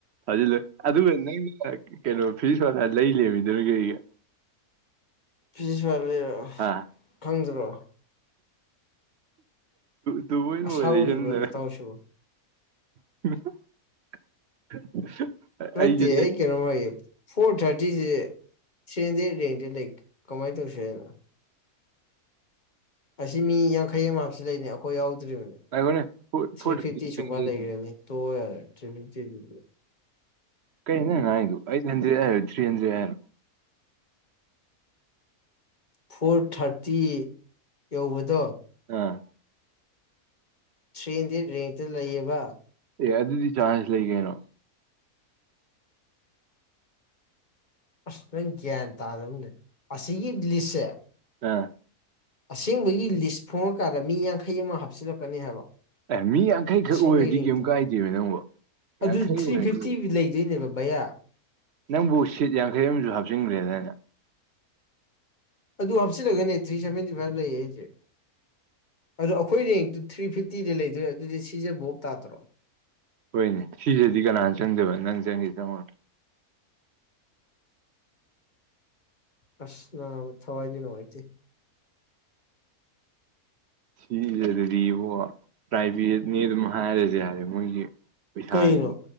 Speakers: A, on the right; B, on the left.
A: ꯐꯥꯖꯤꯜꯂꯨ ꯑꯗꯨꯒꯥ ꯅꯪꯅ ꯀꯩꯅꯣ ꯐꯤꯖꯤꯁ ꯍꯥꯟꯅ ꯂꯩ ꯂꯩꯔꯝꯃꯤꯗꯨꯅ ꯀꯩꯒꯤ
B: ꯐꯤꯖꯤꯁ ꯍꯥꯟꯅ ꯂꯩꯔꯕ
A: ꯑꯥ
B: ꯈꯪꯗꯔꯣ
A: ꯇꯨꯕꯨꯣꯏ ꯑꯣꯏꯅ
B: ꯑꯁꯥ
A: ꯂꯩꯁꯟꯗꯥꯅ
B: ꯎꯔꯤꯕ ꯅꯇꯥꯎꯁꯤꯕꯨ
A: <unintelligible>
B: ꯅꯠꯇꯦ
A: ꯂꯩ
B: ꯑꯩ ꯀꯩꯅꯣꯃꯥ ꯐꯣꯔ ꯊꯥꯔꯇꯤꯁꯦ ꯊ꯭ꯔꯤ ꯍꯟꯗ꯭ꯔꯦꯠ ꯔꯦꯡꯗꯥ ꯂꯩ ꯀꯃꯥꯏꯅ ꯇꯧꯁꯤ ꯍꯥꯏꯅꯣ ꯑꯁꯤ ꯃꯤ ꯌꯥꯡꯈꯩ ꯑꯃ ꯍꯥꯞꯁꯤꯂꯩꯅꯤ ꯑꯩꯈꯣꯏ ꯌꯥꯎꯗ꯭ꯔꯤꯕꯅꯦ
A: ꯉꯥꯏꯈꯣꯅꯦ
B: three
A: four
B: fifty
A: thousand three
B: ꯁꯨꯕꯥ
A: ꯍꯟꯗ꯭ꯔꯦꯗ
B: ꯂꯩꯒꯔꯥꯅꯤ ꯇꯣꯛꯑꯣ ꯌꯥꯔꯦ ꯊ꯭ꯔꯤ ꯐꯤꯐꯇꯤꯗꯨꯗꯤ
A: ꯀꯩꯅꯣ ꯅꯪ ꯉꯥꯡꯉꯤꯗꯣ ꯑꯩꯠ ꯍꯟꯗ꯭ꯔꯦꯠ ꯍꯥꯏꯔꯣ ꯊ꯭ꯔꯤ ꯍꯟꯗ꯭ꯔꯦꯠ ꯍꯥꯏꯔꯣ
B: ꯐꯣꯔ ꯊꯥꯔꯇꯤ ꯌꯧꯕꯗꯣ
A: ꯑꯥ
B: ꯊ꯭ꯔꯤ ꯍꯟꯗ꯭ꯔꯦꯠ ꯔꯦꯡꯇꯥ ꯂꯩꯌꯦꯕ
A: ꯑꯦ ꯑꯗꯨꯗꯤ ꯆꯥꯟꯁ ꯂꯩ ꯀꯩꯅꯣ
B: ꯑꯁ ꯅꯪ ꯒ꯭ꯌꯥꯟ ꯇꯥꯗꯕꯃꯥ ꯂꯩꯔꯦ ꯑꯁꯤꯒꯤ ꯂꯤꯁꯁꯦ
A: ꯑꯥ
B: ꯑꯁꯦꯡꯕꯒꯤ ꯂꯤꯁ ꯐꯣꯡꯉꯀꯥꯟꯗꯥ ꯃꯤ ꯌꯥꯡꯈꯩ ꯑꯃ ꯍꯥꯞꯆꯤꯜꯂꯛꯀꯥꯅꯤ ꯍꯥꯏꯕ
A: ꯑꯦ ꯃꯤ ꯌꯥꯡꯈꯩ ꯈꯛ
B: ꯑꯁꯦꯡꯕꯒꯤ
A: ꯑꯣꯏꯔꯗꯤ
B: ꯔꯤꯡꯇꯣ
A: ꯀꯩꯝ ꯀꯥꯏꯗꯦꯕ ꯅꯪꯕꯨ
B: ꯑꯗꯨ
A: ꯌꯥꯡꯈꯩ
B: ꯊ꯭ꯔꯤ
A: ꯑꯣꯏꯔꯗꯤ
B: ꯐꯤꯐꯇꯤ ꯂꯩꯗꯣꯏꯅꯦꯕ ꯚꯩꯌꯥ
A: ꯅꯪꯕꯨ ꯁꯤꯠ ꯌꯥꯡꯈꯩ ꯑꯃꯁꯨ ꯍꯥꯞꯆꯤꯟꯈ꯭ꯔꯦꯗꯥꯏꯅꯦ
B: ꯑꯗꯨ ꯍꯥꯞꯆꯜꯂꯒꯅꯦ ꯊ꯭ꯔꯤ ꯁꯥꯚꯦꯟꯇꯤ ꯐꯥꯏꯚ ꯂꯩꯌꯦ ꯍꯥꯏꯁꯦ ꯑꯗꯣ ꯑꯩꯈꯣꯏ ꯔꯦꯡꯇꯨ ꯊ꯭ꯔꯤ ꯐꯤꯐꯇꯤꯗꯤ ꯂꯩꯗꯣꯏꯔꯦ ꯑꯗꯨꯗꯤ ꯁꯤꯁꯦ ꯚꯣꯞ ꯇꯥꯇ꯭ꯔꯣ
A: ꯍꯣꯏꯅꯦ ꯁꯤꯁꯤꯗꯤ ꯀꯅꯥꯅ ꯆꯪꯗꯣꯏꯕ ꯅꯪ ꯆꯪꯒꯦ ꯆꯪꯉꯨꯔꯣ
B: ꯑꯁ ꯅꯥꯕ ꯊꯋꯥꯏꯗꯤ ꯅꯨꯡꯉꯥꯏꯇꯦ
A: ꯁꯤꯖꯥꯗꯥꯗꯤꯕꯣ ꯄ꯭ꯔꯥꯏꯚꯦꯠꯅꯤ ꯑꯗꯨꯝ ꯍꯥꯏꯔꯁꯨ ꯌꯥꯔꯦ ꯃꯣꯏꯒꯤ ꯄꯩꯁꯥꯗꯨꯗꯤ
B: ꯀꯩꯅꯣ